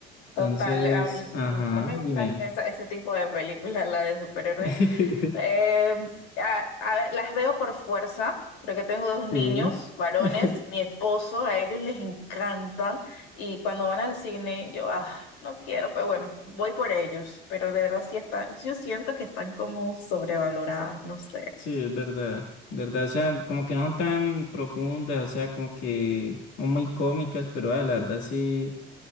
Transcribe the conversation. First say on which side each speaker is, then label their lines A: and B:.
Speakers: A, on the left; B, on the left.
A: total.
B: Entonces,
A: a- n-
B: ajá,
A: No me
B: dime.
A: gustan esa- ese tipo de películas, la de superhéroes.
B: <laughs>
A: Eh, a- a ver, las veo por fuerza, porque tengo dos niños,
B: Sí.
A: varones,
B: <laughs>
A: mi esposo, a ellos les encantan y cuando van al cine yo, ah, no quiero, pero bueno, voy por ellos, pero de verdad sí están, yo siento que están como sobrevaloradas, no sé.
B: Sí, es verdad, verdad, o sea, como que no son tan profundas, o sea, como que son muy cómicas, pero ah, la verdad sí.